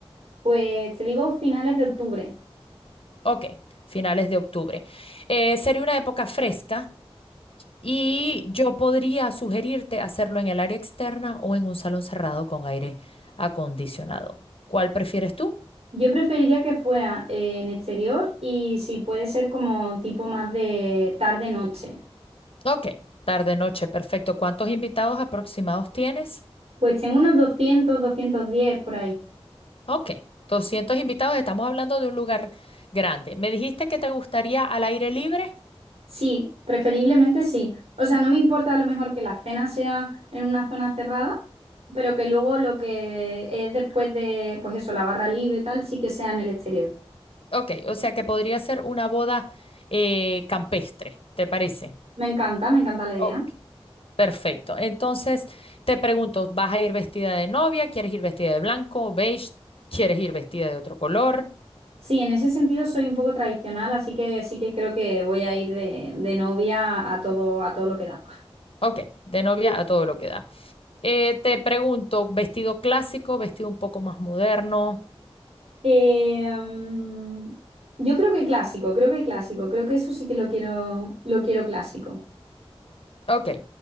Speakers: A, on the right (about 80°); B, on the left (about 65°).
A: Pues te digo finales de octubre.
B: Ok, finales de octubre. Eh, sería una época fresca y yo podría sugerirte hacerlo en el área externa o en un salón cerrado con aire acondicionado. ¿Cuál prefieres tú?
A: Yo preferiría que fuera eh, en exterior y si puede ser como tipo más de tarde-noche.
B: Ok, tarde-noche, perfecto. ¿Cuántos invitados aproximados tienes?
A: Pues tengo unos doscientos, doscientos diez por ahí.
B: Ok, 200 invitados, estamos hablando de un lugar grande. ¿Me dijiste que te gustaría al aire libre?
A: Sí, preferiblemente sí. O sea, no me importa a lo mejor que la cena sea en una zona cerrada, pero que luego lo que es después de, pues eso, la barra libre y tal, sí que sea en el exterior.
B: Ok, o sea que podría ser una boda eh, campestre, ¿te parece?
A: Me encanta, me encanta la idea.
B: Ok, perfecto. Entonces, te pregunto, ¿vas a ir vestida de novia? ¿Quieres ir vestida de blanco, beige? ¿Quieres ir vestida de otro color?
A: Sí, en ese sentido soy un poco tradicional, así que sí que creo que voy a ir de, de novia a todo, a todo lo que da.
B: Ok, de novia a todo lo que da. Eh, te pregunto, ¿vestido clásico, vestido un poco más moderno?
A: Em, yo creo que clásico, creo que clásico, creo que eso sí que lo quiero, lo quiero clásico.
B: Ok.